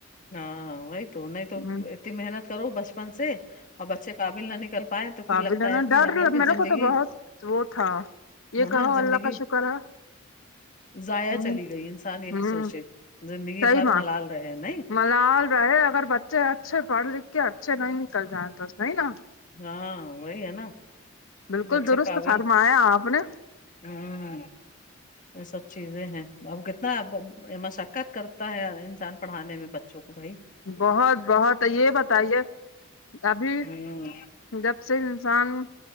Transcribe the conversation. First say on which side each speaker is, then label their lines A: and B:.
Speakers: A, on the left; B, on the left.
A: ہاں وہی تو نہیں
B: ہ
A: تو اتنی محنت کرو بچپن سے اور بچے قابل نہ نکل پائے تو
B: پابی
A: پھر لگتا
B: نا
A: ہے کہ
B: ڈر
A: ہم لوگ کی
B: میرے
A: زندگی
B: کو تو بہت وہ تھا
A: ہے
B: یہ
A: نا
B: کہو
A: زندگی
B: اللہ کا شکر ہے
A: ضائع
B: ہ
A: چلی گئی انسان یہی
B: ہوں
A: سوچے زندگی
B: صحیح
A: بھر
B: ماں
A: ملال رہے نہیں
B: ملال رہے اگر بچے اچھے پڑھ لکھ کے اچھے نہیں نکل جائیں تو وہی نا
A: ہاں وہی ہے نا
B: بالکل
A: بچے
B: درست
A: قابل
B: فرمایا آپ نے
A: ہوں یہ سب چیزیں ہیں اب کتنا مشقت کرتا ہے انسان پڑھانے میں بچوں کو بھائی
B: بہت بہت ہے یہ بتائیے ابھی
A: ہوں
B: جب سے انسان